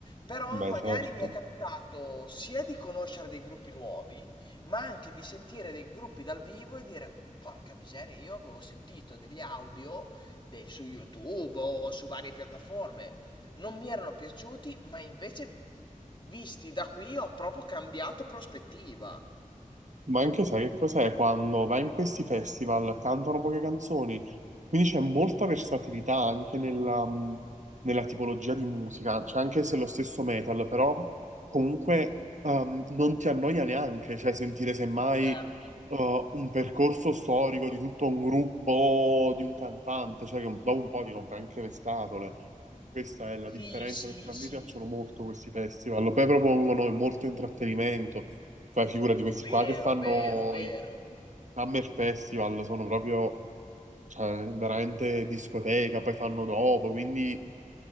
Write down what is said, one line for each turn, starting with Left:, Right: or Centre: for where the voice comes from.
Left: però
Right: Beh,
Left: magari
Right: certo.
Left: mi è capitato sia di conoscere dei gruppi nuovi, ma anche di sentire dei gruppi dal vivo e dire porca miseria, io avevo sentito degli audio de- su YouTube o su varie piattaforme, non mi erano piaciuti, ma invece visti da qui ho proprio cambiato prospettiva.
Right: Ma anche sai che cos'è? Quando vai in questi festival cantano poche canzoni, quindi c'è molta versatilità anche nella, mh, nella tipologia di musica, cioè anche se è lo stesso metal, però comunque ehm, non ti annoia neanche, cioè sentire semmai
Left: Certo,
Right: eh, un percorso storico di tutto un gruppo, di un cantante, cioè che un- dopo un po' ti rompe anche le scatole. Questa è la
Left: sì,
Right: differenza
Left: sì,
Right: perché a
Left: sì,
Right: me piacciono molto questi festival. Poi propongono molto intrattenimento. Fai figura di questi
Left: vero,
Right: qua che fanno
Left: vero, vero.
Right: i i Summer Festival, sono proprio, cioè, veramente discoteca, poi fanno dopo, quindi